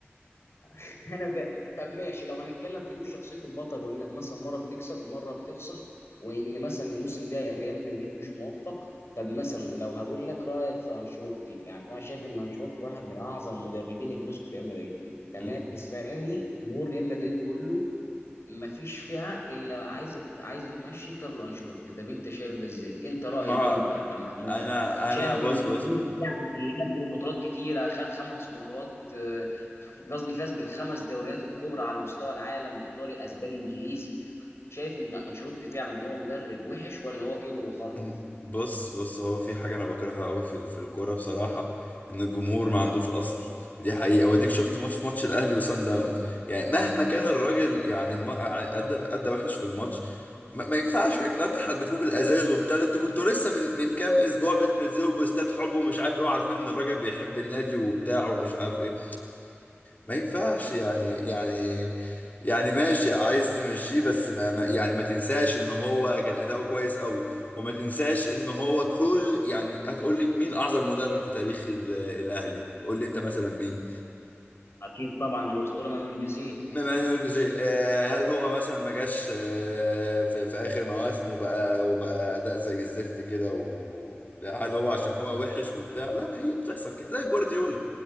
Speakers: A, on the left; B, on the left.
A: <laughs> انا ب... طب ماشي لو هنتكلم في دي وشخصيه البطل وانك مثلا مره بتكسب مره بتخسر وان مثلا الموسم ده الريال مدريد مش موفق طب مثلا لو هقول لك رايك في انشيلوتي يعني انا شايف ان انشيلوتي واحد من اعظم المدربين اللي مسكوا ريال مدريد تمام
B: مم.
A: السنه دي جمهور ريال مدريد كله ما فيش فئه الا عايزه عايزه تمشي كارلو انشيلوتي طب انت شايف ده ازاي انت رايك
B: ما
A: انت كمحمود
B: انا
A: شايف
B: انا
A: ان
B: بص
A: انشيلوتي
B: بص
A: فعلا اللي جاب بطولات كتيره خد خمس بطولات آه، قصدي فاز بالخمس دوريات الكبرى على مستوى العالم ايطالي اسباني انجليزي شايف ان انشيلوتي فعلا هو مدرب وحش ولا هو كبر وخرف
B: <laughs> بص بص هو في حاجة أنا بكرهها أوي في ال- في الكورة بصراحة إن الجمهور ما عندوش أصل دي حقيقة وأديك شفت ماتش ماتش الأهلي وسان داونز يعني مهما كان الراجل يعني الم... أدى أدى وحش في الماتش ما, ما ينفعش يا جدعان تحدفوه بالأزاز وبتاع ده أنتوا كنتوا لسه من من كام أسبوع بتنزلوا بوستات حب ومش عارف إيه وعارفين إن الراجل بيحب النادي وبتاع ومش عارف إيه ما ينفعش يعني يعني يعني ماشي عايز تمشيه بس ما ما- يعني ما تنساش ان هو كان اداؤه كويس قوي وما تنساش ان هو كل يعني هتقول لي مين اعظم مدرب في تاريخ ال- الاهلي قول لي انت مثلا مين
A: اكيد طبعا الاسطوره مانويل جوزيه
B: مانويل جوزيه آه، هل هو مثلا ما جاش آه، في في اخر مواسمه وبقى وبقى اداء زي الزفت كده و لا، هل هو عشان هو وحش وبتاع لا هي بتحصل كده زي جوارديولا